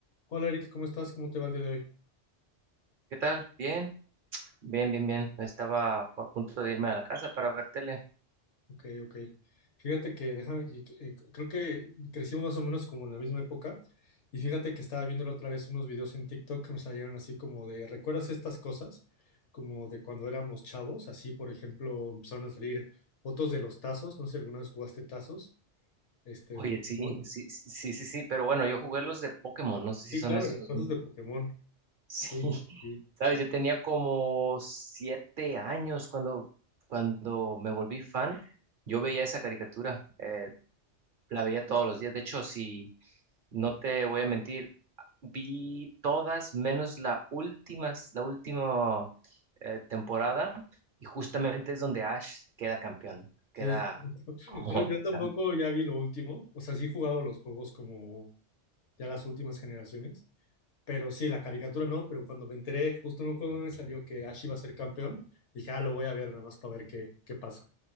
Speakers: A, on the left; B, on the right.
A: Hola Eric, ¿cómo estás? ¿Cómo te va el día de hoy?
B: ¿Qué tal? Bien, bien, bien, bien. Estaba a punto de irme a la casa para ver tele.
A: Ok, ok. Fíjate que, déjame, y- eh, creo que crecimos más o menos como en la misma época. Y fíjate que estaba viendo la otra vez unos videos en TikTok que me salieron así como de, ¿recuerdas estas cosas? Como de cuando éramos chavos. Así, por ejemplo, empezaron a salir fotos de los tazos. No sé si alguna vez jugaste tazos, este,
B: Oye,
A: de Pokémon.
B: sí, sí, sí, sí, sí, sí, pero bueno, yo jugué los de Pokémon, no sé si
A: Sí,
B: son
A: claro,
B: esos
A: los
B: los
A: tazos
B: mismos.
A: de
B: <laughs>
A: Pokémon.
B: Sí,
A: Sí, sí,
B: sabes, yo tenía como siete años cuando, cuando me volví fan. Yo veía esa caricatura. Eh, la veía todos los días. De hecho, si no te voy a mentir, vi todas menos la última, la última eh, temporada y justamente es donde Ash queda campeón, queda
A: sí.
B: <laughs>
A: Sí,
B: como...
A: Yo, yo tampoco
B: cam-
A: ya vi lo último. O sea, sí he jugado los juegos como ya las últimas generaciones. Pero sí, la caricatura no, pero cuando me enteré, justo no cuando me salió que Ash iba a ser campeón, dije, ah, lo voy a ver nada más para ver qué, qué pasa.